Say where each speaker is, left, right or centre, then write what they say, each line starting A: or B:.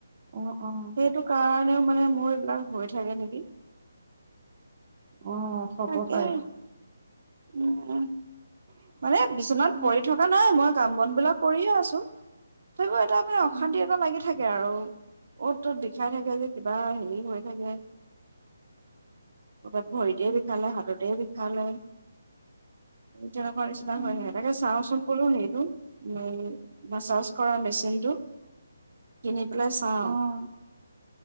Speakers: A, on the right (about 40°); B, on the right (about 60°).
A: অ অ
B: সেইটো কাৰণেও মানে মোৰ এইবিলাক হৈ থাকে নেকি।
A: অ হ'ব
B: তাকেই
A: পাৰে।
B: উম মানে বিচনাত
A: উম
B: পৰি থকা নাই মই কাম বন বিলাক কৰিয়ে আছোঁ। তেনেকে কিবা মানে অশান্তি
A: উম,
B: এটা লাগি থাকে আৰু অ'ত ত'ত বিষাই থাকে যে কিবা হেৰি হৈ থাকে। ক'ৰবাত ভৰিতে
A: উম,
B: বিষালে, হাততে বিষালে। তেনেকুৱা নিচিনা
A: উম,
B: হয়, তাকে চাওঁচোন বোলোঁ সেইটো এই মাছাজ কৰা মেচিনটো। কিনি পেলাই চাওঁ
A: অ',